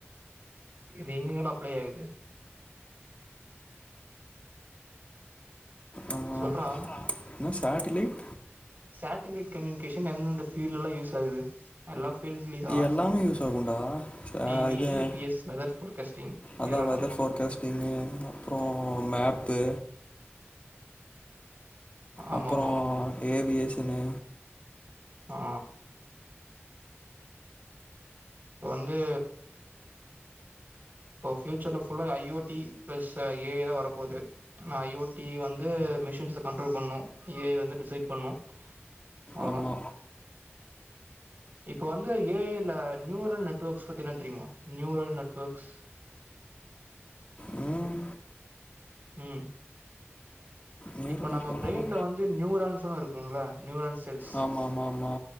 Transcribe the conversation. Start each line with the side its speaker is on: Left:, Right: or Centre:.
Right: இது எங்கங்களா அப்ளை ஆகுது
Left: ஆ
Right: சொல்றா
Left: என்ன சாட்டிலைட்
Right: சாட்டிலைட் கம்யூனிகேஷன் எந்தெந்த ஃபீல்டுல யூஸ் ஆகுது எல்லா ஃபீல்ட்லுயு தா
Left: எல்லாமே யூஸ் ஆகுண்டா ச
Right: டி வி
Left: இது
Right: ஜி பி எஸ் வெதர் ஃபோர்காஸ்டிங்
Left: அதா
Right: இதுலலா
Left: வெதர் ஃபோர்காஸ்டிங்கு அப்றோ மேப்பு
Right: ஆமாமா
Left: அப்புறோ ஏவியேஷனு
Right: ஆ வந்து இப்போ ஃப்யூச்சர்ல ஃபுல்லா I O T plus A I தா வரப்போது ஐ ஓ டி வந்து மிஷின்ஸ்ஸ கண்ட்ரோல் பண்ணு ஏ ஐ வந்து டிசைட் பண்ணு அவ்ளோதா
Left: ஆமா
Right: இப்ப வந்து ஏ ஐ ல நியூரல் நெட்வர்க்ஸ் பத்தீன தெரியுமா நியூரல் நெட்வொர்க்ஸ்
Left: ம்
Right: ம்
Left: நியூரோ
Right: இப்ப
Left: நெட்வொர்க்ஸா
Right: நம்ம ப்ரெயின்ல வந்து நியூரான்ஸ்னு இருக்குல நியூரான் செல்ஸ்
Left: ஆமா மா மா